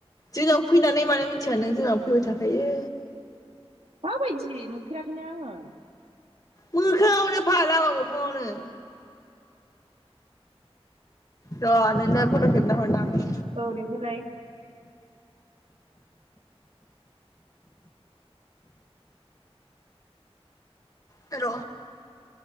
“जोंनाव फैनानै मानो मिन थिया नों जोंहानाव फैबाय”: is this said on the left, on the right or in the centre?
Left